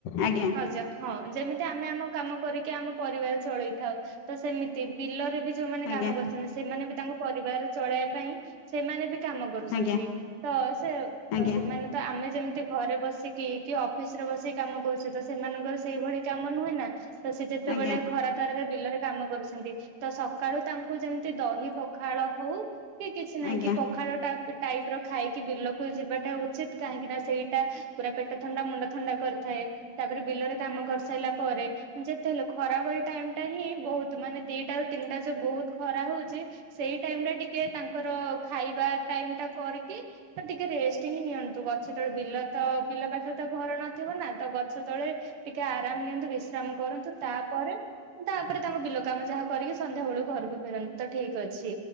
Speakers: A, on the left; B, on the right.
A: ଆଜ୍ଞା
B: ହଛ ହଁ ଯେମିତି ଆମେ ଆମ କାମ କରିକି ଆମ ପରିବାର ଚଳେଇଥାଉ ତ ସେମିତି ବିଲରେ ବି ଯୋଉମାନେ
A: ଆଜ୍ଞା
B: କାମ କରୁଛନ୍ତି ସେମାନେ ବି ତାଙ୍କ ପରିବାର ଚଳେଇବା ପାଇଁ ସେମାନେ ବି କାମ କରୁଛନ୍ତି
A: ଆଜ୍ଞା
B: ତ ସେ
A: ଆଜ୍ଞା
B: ତ ସେମାନେ ତ ଆମେ ଯେମିତି ଘରେ ବସିକି କି ଅଫିସ ରେ ବସିକି କାମ କରୁଛେ ତ ସେମାନଙ୍କର ସେଇଭଳି କାମ ନୁହେଁ ନା ତ ସେ ଯେତେବେଳେ
A: ଆଜ୍ଞା
B: ଖରାପ ତାରାରେ ବିଲରେ କାମ କରୁଛନ୍ତି ତ ସକାଳୁ ତାଙ୍କୁ ଯେମିତି ଦହି ପଖାଳ ହଉ କି କିଛି ନହିଁ
A: ଆଜ୍ଞା
B: କି ପଖାଳ ଟପ ଟାଇପ ର ଖାଇକି ବିଲକୁ ଯିବାଟା ଉଚିତ କାହିଁକି ନା ସେଇଟା ପୁରା ପେଟ ଥଣ୍ଡା ମୁଣ୍ଡ ଥଣ୍ଡା କରିଥାଏ ତାପରେ ବିଲରେ କାମ କରିସାରିଲା ପରେ ଯେତେ ହେଲେ ଖରା ଭଳି ଟାଇମ ଟା ହିଁ ବହୁତ ମାନେ ଦିଟା ତିନିଟା ଯୋ ବହୁତ ଖରା ହଉଛି ସେଇ ଟାଇମ ଟା ଟିକେ ତାଙ୍କର ଖାଇବା ଟାଇମ ଟା କରିକି ତ ଟିକେ ରେଷ୍ଟ ହିଁ ନିଅନ୍ତୁ ଗଛ ତଳେ ବିଲ ତ ବିଲ ପାଖରେ ତ ଘର ନଥିବ ନା ତ ଗଛ ତଳେ ଟିକେ ଆରାମ ନିଅନ୍ତୁ ବିଶ୍ରାମ କରନ୍ତୁ ତାପରେ ତାପରେ ତାଙ୍କ ବିଲ କାମ ଯାହା କରିକି ସନ୍ଧ୍ୟା ବେଳକୁ ଘରକୁ ଫେରନ୍ତି ତ ଠିକ ଅଛି